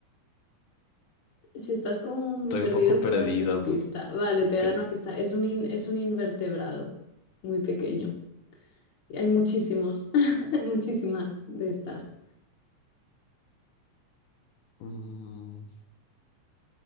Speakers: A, on the left; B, on the left.
A: Si estás como muy perdido,
B: un poco perdido.
A: puedo darte una pista. Vale,
B: Ok.
A: te voy a dar una pista. Es un, in- es un invertebrado muy pequeño. Y Hay muchísimos, <laughs> hay muchísimas de estas.
B: Mm,